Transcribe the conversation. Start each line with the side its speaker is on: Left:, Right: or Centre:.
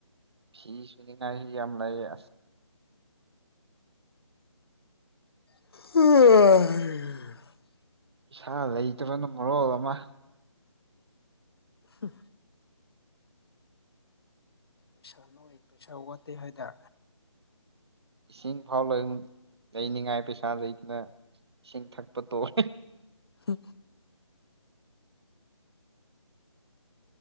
Right: ꯐꯤ ꯁꯅꯤꯉ ꯍ ꯌꯥꯝ ꯂꯩꯌꯦ
Left: ꯑꯣ
Right: ꯏꯁꯥ ꯂꯩꯇꯕꯅꯅꯨꯡ ꯃꯔꯣ ꯑꯃ
Left: ꯁ ꯄꯩꯁꯥ ꯅꯣꯏ ꯄꯩꯁꯥ ꯋꯥꯠꯇꯦ ꯍꯥꯏꯗ
Right: ꯏꯁꯤꯡ ꯐꯥꯎ ꯂ ꯂꯩꯅꯤꯡꯉꯥꯏ ꯄꯩꯁꯥ ꯂꯩꯇꯅ ꯏꯁꯤꯡ ꯊꯛꯄ ꯇꯣꯦ
Left: ꯍ